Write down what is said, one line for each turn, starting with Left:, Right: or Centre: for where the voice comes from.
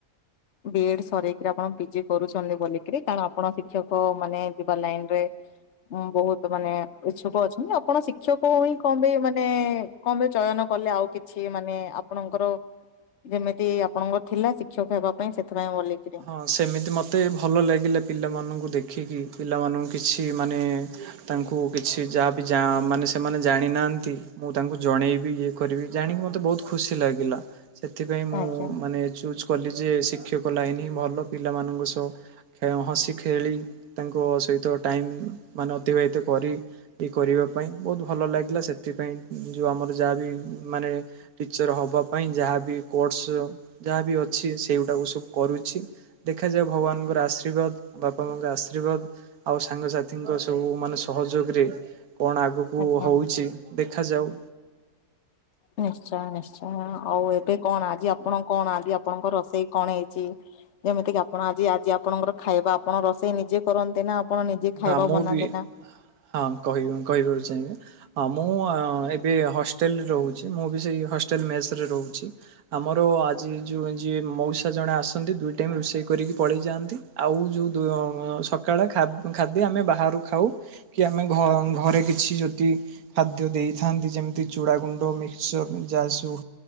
Left: ବିଇଡ ସରେଇକି ଆପଣ ପିଜି। କରୁଛନ୍ତି ବୋଲିକିରି କାରଣ ଆପଣ ଶିକ୍ଷକ ମାନେ ଯିବା ଲାଇନ୍ ରେମୁଁ ବହୁତ୍ ମାନେ। ଉଚ୍ଛୁକ ଅଛନ୍ତି ଆପଣ ଶିକ୍ଷକ ହୋଇ କଣ ପାଇଁ ମାନେ। କଣ ପାଇଁ ଚୟନ କଲେ ଆଉ କିଛି ମାନେ ଆପଣଙ୍କର। ଯେମିତି ଆପଣଙ୍କ ଥିଲା ଶିକ୍ଷକ ହେବା ପାଇଁ ସେଥିପାଇଁ ବୋଲିକରି।
Right: ହଁ ସେମିତି ମୋତେ ଭଲ ଲାଗିଲା ପିଲାମାନଙ୍କୁ ଦେଖିକି ପିଲାମାନଙ୍କୁ କିଛି ମାନେ। ତାଙ୍କୁ କିଛି ଯାହାବି ଯାହା ମାନେ ସେମାନେ ଜାଣିନାହାଁନ୍ତି। ମୁଁ ତାଙ୍କୁ ଜଣେଇବି ଇଏ କରିବି ଜାଣିକି ମତେ ବହୁତ୍ ଖୁସି ଲାଗିଲା। ସେଥିପାଇଁ ମୁଁ
Left: ଆଜ୍ଞା।
Right: ମାନେ ଚୁଜ୍ କଲି ଯେ ଶିକ୍ଷକ ଲାଇନ ହିଁ ଭଲ ପିଲାମାନଙ୍କ ସହ। ହସି ଖେଳି ତାଙ୍କ ସହିତ ଟାଇମ୍ ମାନେ ଅତିବାହିତ କରି। କି କରିବା ପାଇଁ ବହୁତ୍ ଭଲଲାଗିଲା ସେଥିପାଇଁ ଯୋଉଆମର ଯାହାବି ମାନେ। ଟିଚର୍ ହବା ପାଇଁ ଯାହାବି କୋର୍ସ ଯାହାବି ଅଛି ସେଇଗୁଡ଼ାକୁ ସବୁ କରୁଛି। ଦେଖାଯାଉ ଭଗବାନ୍ ଙ୍କର ଆଶୀର୍ବାଦ ବାପା ମା ଙ୍କର ଆଶୀର୍ବାଦ। ଆଉ ସାଙ୍ଗସାଥିଙ୍କ ସବୁ ମାନେ ସହଯୋଗ ରେ କଣ ଆଗକୁ। କୁ
Left: ଆଜ୍ଞା।
Right: ହଉଛି ଦେଖାଯାଉ।
Left: ନିଶ୍ଚୟ ନିଶ୍ଚୟ ଆଉ ଏବେ କଣ ଆଜି ଆପଣ କଣ ଆଜି ଆପଣଙ୍କ ରୋଷେଇ କଣ ହେଇଛି? ଯେମିତି କିି ଆପଣ ଆଜି ଆଜି ଆପଣଙ୍କର ଖାଇବା ଆପଣ ରୋଷେଇ ନିଜେ କରନ୍ତି ନା? ଆପଣ ନିଜେ ଖାଇବା
Right: ନା ମୁଁ
Left: ବନାନ୍ତି
Right: ବି
Left: ନା?
Right: ହଁ କହିବି କହିବାକୁ ଚାହିଁବେ। ହଁ ମୁଁ ଏବେ ହଷ୍ଟେଲରେ ରହୁଛିମୁଁ ବି ସେଇ ହଷ୍ଟେଲ ମେସ୍ ରେ ରହୁଛି। ଆମର ଆଜି ଯଉ ଯିଏ ମଉସା ଜଣେ ଆସନ୍ତି ଦୁଇ ଟାଇମ୍ ରୋଷେଇ କରିକି ପଳେଇ ଯାଆନ୍ତି। ଆଉ ଯୋଉ ଦ ସକାଳ ଖା ଖାଦ୍ୟ ଆମେ ବାହାରୁ ଖାଉ କି ଆମେ ଘ ଘରେ କିଛି ଯଦି ଖାଦ୍ୟ ଦେଇଥାନ୍ତି। ଯେମିତି ଚୁଡ଼ା ଗୁଣ୍ଡ ମିକ୍ସଚର ଯାସୁ